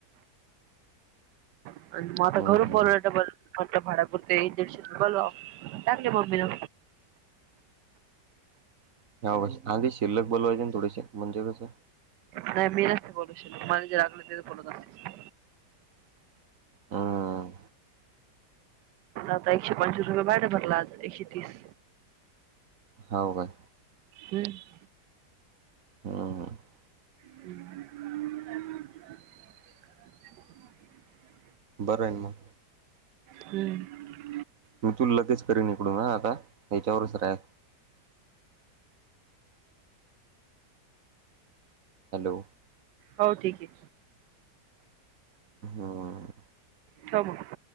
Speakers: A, on the right (about 80°); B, on the right (about 50°).
A: <inaudible> आणि मग आता
B: हम्म
A: घरून
B: हम्म
A: बोलवलं तं म्हटलं भाड्यापुरते एकदीडशे बोलवावं टाकले मम्मीला
B: <unintelligible> आधी शिल्लक बोलवायचे ना थोडेसे म्हणजे कसं
A: नाय मी नसते बोलू शकत, मला जे रागलं ते बोलत असते.
B: हम्म
A: आता एकशे पंचवीस रुपये भाडं भरलं आज. एकशे तीस
B: होव काय?
A: हम्म
B: <unintelligible>
A: <inaudible>
B: बरं आहे ना मग.
A: हम्म
B: मी तूला लगेच करेल हा इक डून हा आता याच्यावरच राहा. हॅलो
A: हो ठीकये.
B: हम
A: ठेव मग.